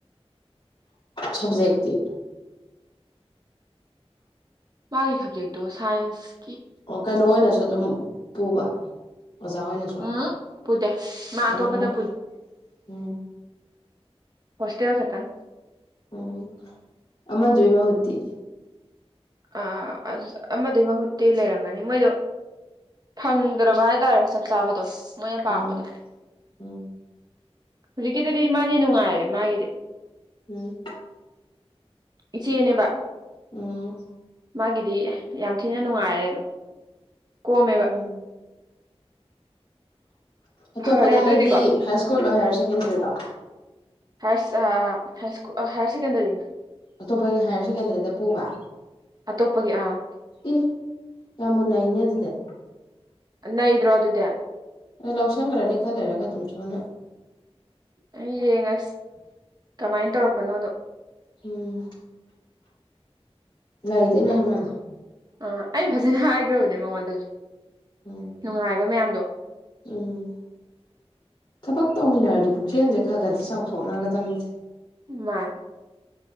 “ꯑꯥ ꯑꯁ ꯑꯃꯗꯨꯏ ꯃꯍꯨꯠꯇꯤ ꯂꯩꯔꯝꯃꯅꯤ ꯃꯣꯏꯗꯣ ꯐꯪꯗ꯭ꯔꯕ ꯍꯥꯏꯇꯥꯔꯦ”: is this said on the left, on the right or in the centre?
Right